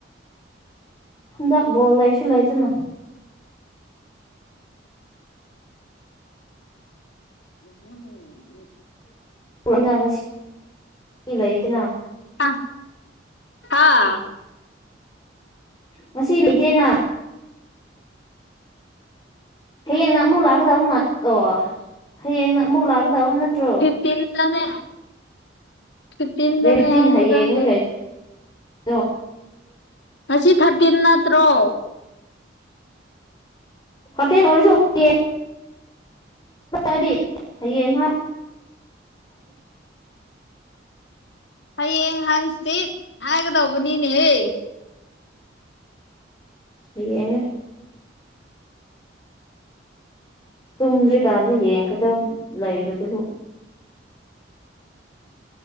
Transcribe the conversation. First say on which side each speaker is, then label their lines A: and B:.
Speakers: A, on the left (about 20°); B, on the left (about 65°).
A: ꯍꯟꯗꯛ ꯕꯣꯜ ꯂꯩꯁꯨ ꯂꯩꯥꯇꯅ
B: ꯎꯝ
A: ꯅ ꯉꯁꯤ ꯂꯩꯗꯅ <inaudible>
B: ꯑꯥ ꯑꯥ
A: ꯉꯁꯤ ꯂꯩꯇꯦꯅ ꯍꯌꯦꯡꯅ ꯑꯃꯨꯛ ꯂꯥꯛꯀꯗꯕ ꯑꯣ ꯍꯌꯦꯡꯅ ꯑꯃꯨꯛ ꯂꯥꯛꯀꯗꯕ ꯅꯠꯇ꯭ꯔꯣ
B: ꯊꯥꯔꯇꯤꯟꯗꯅꯦ ꯊꯥꯔꯇꯤꯟꯗꯅꯦ
A: ꯗꯦꯠ ꯐꯤꯞꯇꯤꯟ
B: ꯍꯥꯢꯌꯦ
A: ꯍꯌꯦꯡꯅꯤ
B: ꯈꯪꯗꯦ
A: ꯀꯩꯅꯣ
B: ꯉꯁꯤ ꯊꯥꯔꯇꯤꯟ ꯅꯠꯇ꯭ꯔꯣ
A: ꯊꯥꯔꯇꯤꯟ ꯑꯣꯢꯔꯁꯨ ꯍꯌꯦꯡ ꯑꯗꯤ ꯊꯌꯦ <inaudible>
B: ꯍꯌꯦꯡ ꯍꯪꯆꯤꯠ ꯍꯥꯏꯒꯗꯧꯕꯅꯤꯅꯦꯍꯦ
A: ꯍꯌꯦꯡꯅꯦ ꯇꯨꯝꯗ꯭ꯔꯤꯀꯥꯟꯗ ꯌꯦꯡꯒꯗꯕ ꯂꯩꯕꯗꯨꯕꯨ